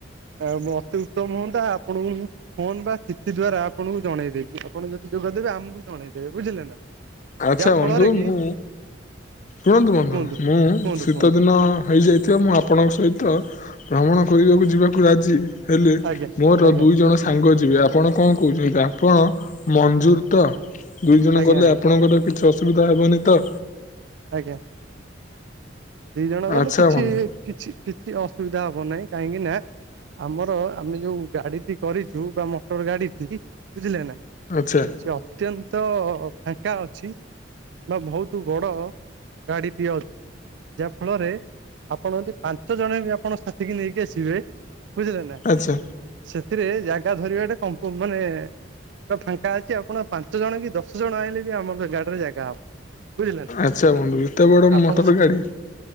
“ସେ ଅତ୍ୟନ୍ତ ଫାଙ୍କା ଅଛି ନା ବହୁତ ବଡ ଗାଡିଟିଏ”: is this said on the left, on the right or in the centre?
Right